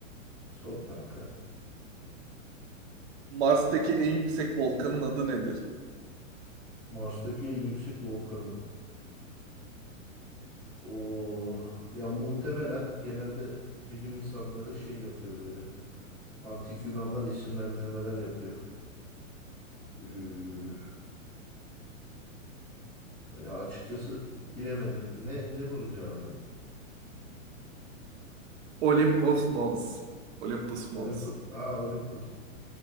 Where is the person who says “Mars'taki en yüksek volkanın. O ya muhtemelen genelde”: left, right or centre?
Centre